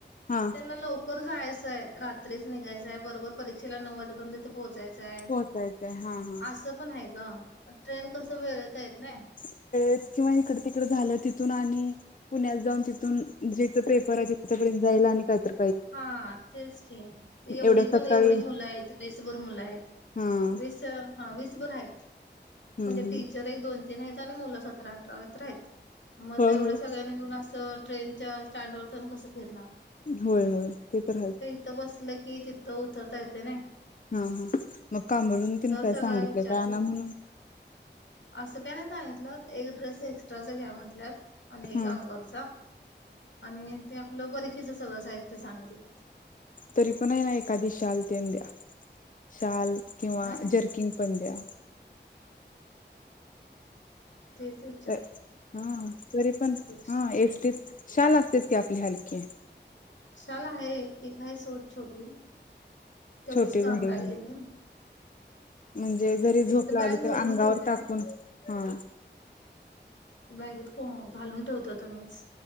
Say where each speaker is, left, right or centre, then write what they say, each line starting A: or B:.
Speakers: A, on the left (about 45°); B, on the left (about 85°).
A: हा
B: त्यांना लवकर जायचं आहे रात्रीच निघायचंय बरोबर परीक्षेला नऊ वाजेपर्यंत तिथं पोहोचायचं आहे
A: पोहोचायचंय हा हा
B: असं पण आहे गं. ट्रेन कसं वेळत आहेत नाय.
A: खेडेत किंवा इकडं तिकडं झालं तिथून आणि पुण्यात जाऊन तिथून जिथं पेपर आहेत ती तिथं पर्यंत जायला आणि काहीतर
B: हा तेच खे ते
A: एवढ्या
B: एवढी
A: सकाळी
B: पण एवढी मुलं आहे ती बेसभर मुलं आहेत.
A: हा हम्म
B: वीसं हा वीस भर आहेत.
A: हम्म
B: म्हणजे टीचर एक दोन तीन आहेत आणि मुलं सतरा अठरा तर आहेत. म
A: हा
B: एवढ्या
A: हा
B: सगळ्यांनी घेऊन असं ट्रेनच्या स्टँड वर जाऊन कसं फिरणार.
A: होय होय ते तर हाय.
B: त बसलं की तिथं उतरता येतेय नाय.
A: हा हा मंग कामरून तेन काय
B: सगळा
A: सांगितलं
B: विचार
A: काय आणा
B: करून
A: म्हणून?
B: असं काय नाही सांगितलत एक ड्रेस एक्स्ट्राचा घ्या म्हंटल्यात आणि एक
A: हा
B: अंग वरचा. आणि ते आपलं बरीफीचा सगळं साहित्य सांगितल्यात.
A: तरी पण आहे ना एखादी शाल तेन द्या शाल किंवा
B: होय ना
A: जर्किंग पण द्या.
B: तेच वि
A: त हा तरी पण
B: एक शाल
A: हा एकटीच शाल असतेच की आपली हलके.
B: शाला आहे एक आहे सोड छोटी तेवढीच
A: छोटी
B: काम
A: घडी
B: राहिलेली
A: घालून
B: नायम.
A: म्हणजे जरी झोप
B: आता
A: लागली
B: बॅग
A: तर
B: भरून
A: अंगावर
B: ठेवल्या
A: टाकून हा.
B: बॅगेत कोण घालून ठेवतो आता मीच.